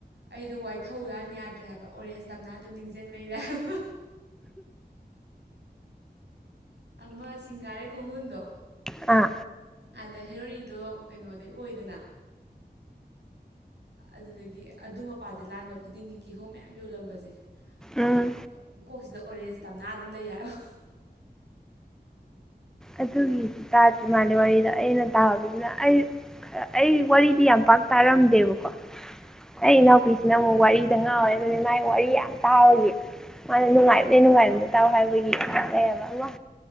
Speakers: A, on the right; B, in the centre.
A: ꯑꯩꯗꯣ ꯋꯥꯏꯊꯧ ꯂꯥꯟ ꯌꯥꯗ꯭ꯔꯦ ꯍꯥꯏꯕ ꯑꯣꯔꯦꯟꯖ ꯇꯝꯅ ꯑꯗꯨꯝ ꯅꯤꯡꯁꯤꯡ ꯂꯩꯔꯦ ꯍꯥꯏꯕ ꯑꯃ ꯁꯤꯡꯒꯥꯔꯩ ꯈꯣꯡꯒꯨꯟꯗꯣ
B: ꯑꯥ
A: ꯑꯗ ꯍꯦꯔꯣꯅꯤꯗꯣ ꯀꯩꯅꯣꯗꯩ ꯑꯣꯏꯗꯅ ꯑꯗꯨꯗꯒꯤ ꯑꯗꯨ ꯃꯄꯥꯁꯦ ꯂꯥꯟꯕ ꯈꯨꯗꯤꯡꯒꯤ ꯀꯤꯍꯣꯝ ꯃꯌꯥꯝ ꯌꯣꯜꯂꯝꯕꯁꯦ ꯑꯗꯨꯝ
B: ꯎꯝ
A: ꯀꯣꯛꯁꯤꯗ ꯑꯣꯔꯦꯟꯖ ꯇꯝꯅ ꯑꯗꯨꯝ ꯂꯩ ꯍꯥꯏꯕ
B: ꯑꯗꯨꯒꯤꯗꯤ ꯇꯥꯗ꯭ꯔꯤ ꯃꯥꯂꯦ ꯋꯥꯔꯤꯗꯣ ꯑꯩꯅ ꯇꯥꯕꯗꯨꯅ ꯑꯩ ꯈꯔ ꯑꯩ ꯋꯥꯔꯤꯗꯤ ꯌꯥꯝ ꯄꯥꯛ ꯇꯥꯔꯝꯗꯦꯕꯀꯣ
A: ꯑꯥ
B: ꯑꯩ ꯏꯅꯥꯎꯄꯤꯁꯤꯅ ꯑꯃꯨꯛ ꯋꯥꯔꯤ ꯉꯥꯎꯋꯦ ꯑꯗꯨꯒꯤ ꯃꯥꯏ ꯋꯥꯔꯤ ꯌꯥꯝ ꯇꯥꯕꯒꯤ ꯃꯥꯅ ꯅꯨꯡꯉꯥꯏꯕꯅꯦ ꯅꯨꯡꯉꯥꯏꯕꯅꯦ ꯇꯥꯎ ꯍꯥꯏꯕꯒꯤ ꯐꯩꯌꯦꯕ ꯑꯃ